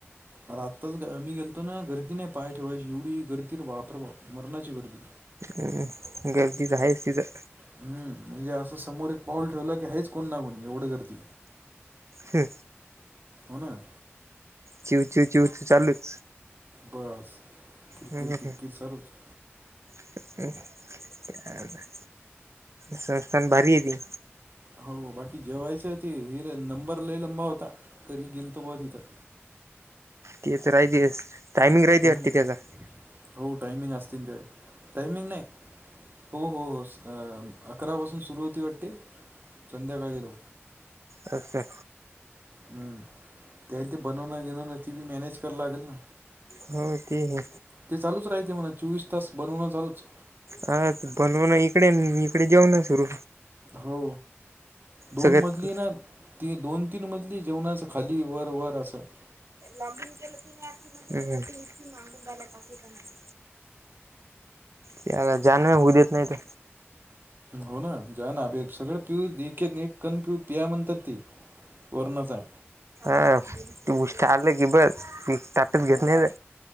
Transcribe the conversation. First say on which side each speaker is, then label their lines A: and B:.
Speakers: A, on the right (about 45°); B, on the right (about 85°).
A: आताच आ मी गेलतो ना गर्दी नाही पाय ठेवायची एवढी गर्दी बापरे बाप मरणाची गर्दी.
B: हम् गर्दीच आहेच तिच.
A: हम्म, म्हणजे असं समोर एक पाऊल ठेवलं की हेहीच कोण ना कोणी एवढं गर्दी.
B: ह.
A: हो ना.
B: चिव चिव चिव चू चालूच.
A: बस किरकिट
B: हं
A: किरकिट सरच.
B: <unintelligible> संस्थान भारी आहे ती.
A: हो बाकी जेवायच ते हे नंबर लय लंबा होता तरी गेल तो ब तिथं.
B: तेच राहितेस टायमिंग राहिते
A: हम्म
B: वा त्याचा.
A: हो टायमिंग असतील ते टायमिंग नाही. हो हो हो अकरापासून सुरू होते वाटतं. संध्याकाळीलो.
B: हा. हा.
A: हम्म त्याला ते बनवण गेनवण ती बी मॅनेज करा लागेल ना.
B: हो ते ही.
A: ते चालूच राहते मला चोवीस तास बनवूनं चालूच
B: हा बनवून इकडे इकडे जऊन सुरू
A: हो दोन
B: सगळ्यात
A: मजली ना ती दोन तीन मजली जेवणाच खाली वर वर असं.
B: लॉगिन केलं ती नाही. हम् हम्. किती मगूनंगाला दाकवता नाही. ते जानवे होऊ देत नाही तर
A: हो ना जा ना आभेब सगळं पिऊ एक एक एक कण पिऊ पिया म्हणतात ते. पूर्णच हाय.
B: अ तू उष्ट आलं की बस त ताटत घेत नाही र